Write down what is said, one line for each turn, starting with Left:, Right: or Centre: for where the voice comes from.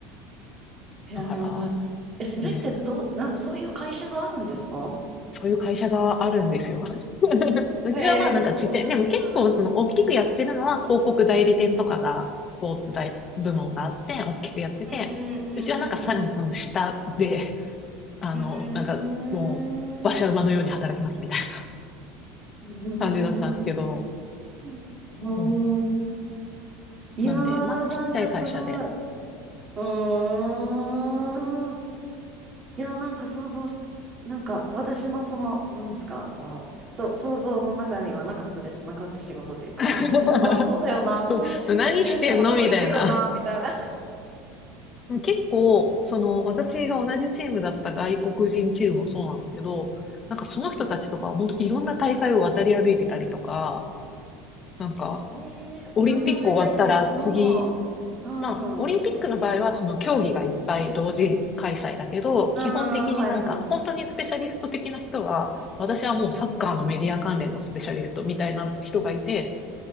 Right: へえ。
Left: だから、
Right: え、それってどう、
Left: ね、
Right: なんかそういう会社があるんですか
Left: そういう会社があるんですよ。<laughs> うちはまあなんかちっちゃい、
Right: へえ、そう
Left: でも結構その大きくやってるのは広告代理店とかがスポーツ大部門があって大きくやってて、
Right: なんだ。うんうんうんうん。
Left: うちはなんかさらにその下で、あの、
Right: うーん。
Left: なんかもう馬車馬のように働きますみたいな
Right: <laughs> う
Left: 感じだったんですけど、
Right: ん。うん。
Left: そう。
Right: いやー、
Left: なんで、まあちっちゃい会社で。
Right: なんかすごい。うーん。いやー、なんか想像し、なんか私のその、何ですか、この、そう、想像の中にはなかったです。なかった仕事というか、
Left: <laughs>
Right: あ、そう、あ、そうだよな。
Left: そう何してんのみたいな。
Right: そういう仕事してる人も多分いるよな、みたいな。<laughs>
Left: 結構、その、私が同じチームだった外国人チームもそうなんですけど、
Right: うん。
Left: なんかその人たちとかは本当いろんな大会を渡り歩いてたりとか、
Right: うん。
Left: なんか、
Right: ねえ、
Left: オリンピック終わったら次、
Right: いろんな再会って、うん。うん。
Left: まあ、オリンピックの場合はその競技がいっぱい同時開催だけど、
Right: う
Left: 基本的になんか、
Right: ん、はいはい。
Left: 本当にスペシャリスト的な人は、私はもうサッカーのメディア関連のスペシャリストみたいな人がいて、
Right: うん。